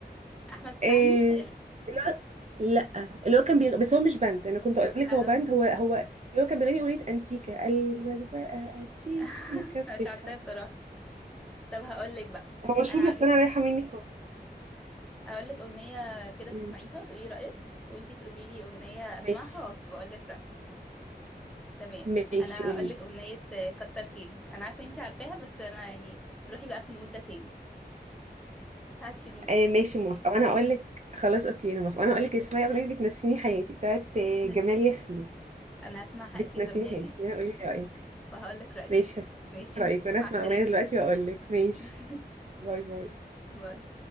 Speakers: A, in the centre; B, on the right.
A: أحمد فهمي
B: إيه
A: ال...
B: الواد لا اللي هو كان بيغ... بس هو مش باند انا كنت اقول لك
A: اه
B: هو باند هو هو اللي هو كان بيغني اغنيه انتيكا قلبك بقى انتيكا
A: <laughs>
B: في
A: مش
B: بيتها
A: عارفاه بصراحة طب هقول لك بقى
B: هو مشهور
A: انا عندكي
B: بس انا رايحه مني خالص
A: هقول لك أغنية كده تسمعيها
B: مم.
A: وتقولي رأيك وانتي تقولي لي أغنية اسمعها
B: ماشي
A: وأت- واقول لك رأيي تمام
B: ماشي
A: انا
B: قولي
A: هقول
B: لي
A: لك أغنية كتر خيري انا عارفة انتي عارفاها بس انا يعني تروحي بقى في المود ده تاني بتاعت شيرين
B: آه ماشي موافقه وانا اقول لك خلاص اوكي انا موافقه وانا اقول لك اسمعي اغنيه بتنسيني حياتي بتاعت آه،
A: بتنزل
B: جمال ياسين
A: انا هسمعها
B: بتنسيني
A: اكيد الاغنيه
B: حياتي
A: دي
B: اسمعي قولي لي رايك
A: وهقول لك رايي
B: ماشي هسمع
A: ماشي
B: رايك وانا
A: مع
B: اسمع
A: السلامه
B: الاغنيه دلوقتي واقول لك ماشي
A: <laughs>
B: باي باي
A: باي